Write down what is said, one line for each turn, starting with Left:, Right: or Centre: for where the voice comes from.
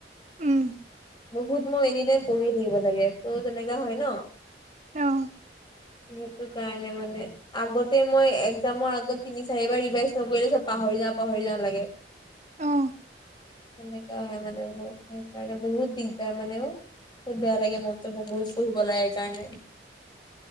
Right: উম,
Left: বহুত মই এনিটাইম পহিয়ে থাকিব লাগে ত' তেনেকা হয় ন।
Right: অ',
Left: সেইটো কাৰণে মানে আগতে মই এক্সামৰ আগত তিনি চাৰিবাৰ ৰিভাইজ নকৰিলে চব পাহৰি যা পাহৰি যাওঁ লাগে
Right: অ',
Left: হেনেকাা হয় মানে মোৰ সেইকাৰণে বহুত দিগদাৰ মানেও বহুত বেয়া লাগে মনটো, বহুত লাগে কাৰণে।